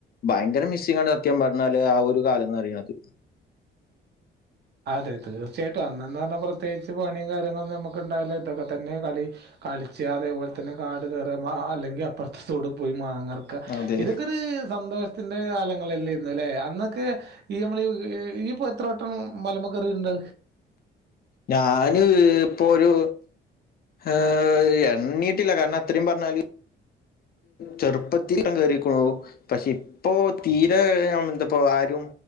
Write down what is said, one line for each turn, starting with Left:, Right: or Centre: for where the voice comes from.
Left: ഭയങ്കര മിസ്സിങ് ആണ് സത്യം പറഞ്ഞാല് ആ ഒരു കാലംന്ന് പറയണത്
Right: അതെ തീർച്ചയായിട്ടും അന്നെന്ന് പറഞ്ഞാൽ പ്രത്യേകിച്ച് പണി കാര്യങ്ങളൊക്കെ നമ്മക്ക്ണ്ടായില്ല ഇതൊക്കെ തന്നെ കളി കളിച്ചാതെ അതേപോലെ തന്നെ കാട് കയറ അല്ലെങ്കിൽ അപ്പുറത്തതൊടു പോയി മാങ്ങ ഇതൊക്കെ
Left: അതെ
Right: ഇതക്കൊരു സന്തോഷ ന്റെ കാലങ്ങളല്ലേന്ന ഇന്നലെ അന്നൊക്കെ ഈ നമ്മളപ്പോ എത്രോട്ടം മലമക്കറി ഉണ്ട്.
Left: ഞാന് ഇപ്പൊ ഒരു ഏ എണ്ണീട്ടില്ല കാരണം അത്രയും പറഞ്ഞാല് ചെറുപ്പത്തി കേറിക്കുണു പക്ഷെ ഇപ്പോതീരെ എന്തപ്പോ ആരും